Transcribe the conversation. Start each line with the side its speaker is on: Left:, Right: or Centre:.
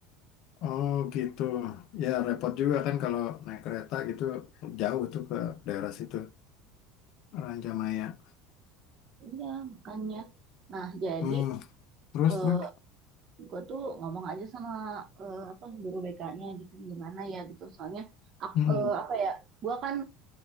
Left: Oh gitu. Ya repot juga kan kalau naik kereta gitu jauh tuh ke daerah situ. Rancamaya.
Right: Iya, makanya. Nah, jadi
Left: Hmm. Terus
Right: eh,
Left: terus.
Right: gue tuh ngomong aja sama eh, apa guru BK-nya gitu gimana ya gitu. Soalnya ak-
Left: Mm-mm.
Right: eh, apa ya, gue kan